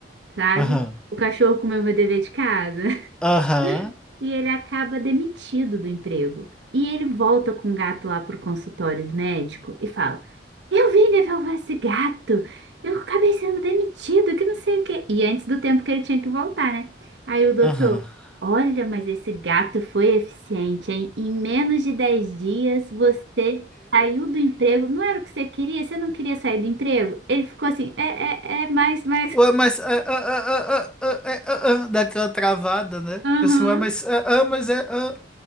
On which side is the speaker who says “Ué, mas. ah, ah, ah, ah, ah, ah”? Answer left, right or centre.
Centre